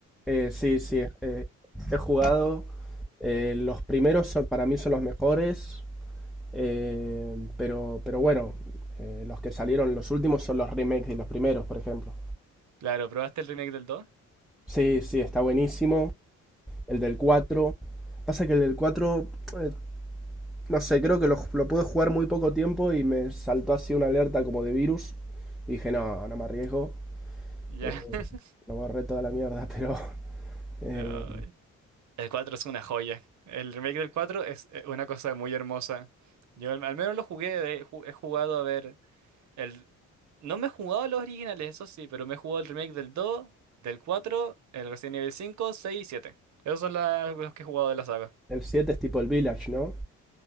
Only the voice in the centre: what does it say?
eh, sí, sí. eh, he jugado. eh, los primeros son- para mí son los mejores. Eh, pero, pero bueno, eh, los que salieron los últimos son los remakes de los primeros, por ejemplo.
Sí, sí, está buenísimo. El del 4 Pasa que el del cuatro eh, no sé, creo que lo, lo pude jugar muy poco tiempo y me saltó así una alerta como de virus. Y dije, no, no me arriesgo.
eh,
lo borré toda la mierda, <laughs> pero eh,
el 7 es tipo el Village, ¿no?